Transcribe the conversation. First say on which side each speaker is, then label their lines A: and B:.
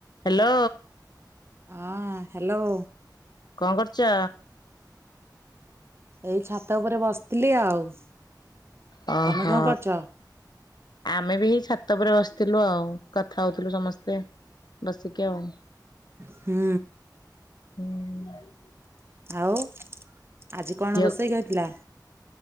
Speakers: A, on the left; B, on the right.
A: ହ୍ୟାଲୋ।
B: ହଁ ହ୍ୟାଲୋ।
A: କଣ କରୁଛ?
B: ଏଇ ଛାତ ଉପରେ ବସ ଥିଲି ଆଉ।
A: ଓହୋ
B: ତମେ କଣ କରୁଛ?
A: ଆମେ ବି ହେଇ ଛାତ ଉପ ବସିଥିଲୁ ଆଉ କଥା ହଉଥିଲୁ ସମସ୍ତେ ବସିିକି ଆଉ।
B: ହୁଁ।
A: ହୁଁ।
B: ଆଉ ଆଜି କଣ
A: ଝିଅ
B: ରୋଷେଇ କହିଥିଲା?